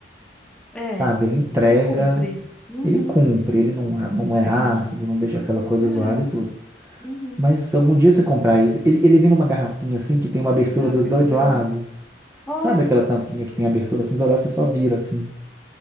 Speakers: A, in the centre; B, on the right.
A: É.
B: sabe? Ele entrega,
A: Ele cumpre. Uhum.
B: ele cumpre, ele não, não é
A: Sim.
B: ácido, não deixa aquela coisa
A: É.
B: zoada e tudo.
A: Uhum.
B: Mas algum dia você comprar isso, ele, ele vem numa garrafinha assim que tem uma abertura
A: Ah,
B: dos
A: fiquei
B: dois
A: curiosa.
B: lados.
A: Ó,
B: Sabe aquela tampinha que tem abertura assim, isolar, você só vira assim.